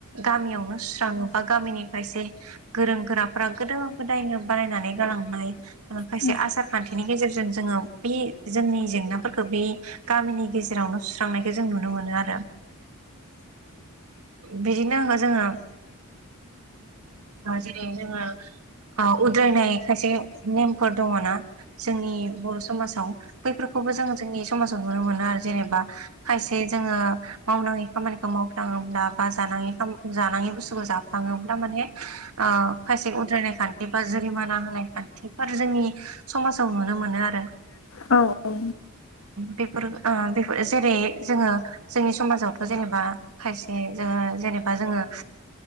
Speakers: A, on the right; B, on the left.
A: गामियावनो सुस्राङो बा गामिनि खायसे गोरों गोराफ्रा गोदान गोदायनो बानायनानै गालांनाय खायसे
B: औ नंगौ औ
A: आसार खान्थिनि गेजेरजों जोङो बे जोंनि जेंनाफोरखौ बे गामिनि गेजेरावनो सुस्रांनायखौ जों नुनो मोनो आरो बिदिनो जोङो जेरै जोङो उद्रायनाय खायसे नेमफोर दङ ना जोंनि बर' समाजाव बैफोरखौबो जोङो जोंनि समाजाव नुनो मोनो आरो जेनेबा खायसे जे जोङो मावनाङै खामानिखौ मावफ्लाङोब्ला बा जाङि जानायाङि बुस्थुखौ थाङोब्ला माने खायसे उद्रायनाय खान्थि बा जुर होनाय खान्थिफोर जोंनि समाजाव नुनो मोनो आरो
B: औ औ
A: बेफोर जेरै जोङो जोंनि समाजावथ' जेनेबा खायसे जोङो जेनेबा जोङो